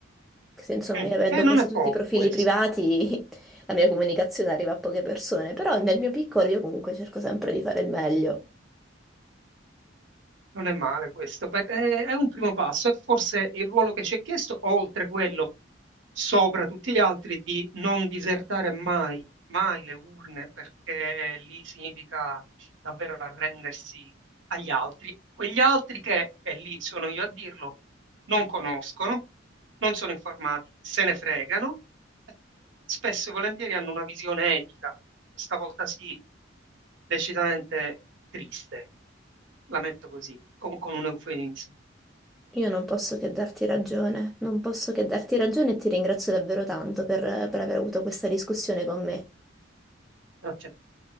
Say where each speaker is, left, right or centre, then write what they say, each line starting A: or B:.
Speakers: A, in the centre; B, on the right.
A: Se, insomma,
B: Mm.
A: io avendo
B: Eh,
A: quasi
B: non è
A: tutti
B: poco
A: i profili
B: questo.
A: privati, <laughs> la mia comunicazione arriva a poche persone, però nel mio piccolo io comunque cerco sempre di fare il meglio.
B: Non è male questo, per- è, è un primo passo, è forse il ruolo che ci è chiesto, oltre quello sopra tutti gli altri, di non disertare mai, mai le urne, perché lì significa davvero arrendersi agli altri. Quegli altri che, e lì sono io a dirlo, non conoscono, non sono informati, se ne fregano, spesso e volentieri hanno una visione etica, stavolta sì, decisamente triste. La metto così, con, con un eufemismo.
A: Io non posso che darti ragione, non posso che darti ragione e ti ringrazio davvero tanto per, per aver avuto questa discussione con me.
B: Grazie a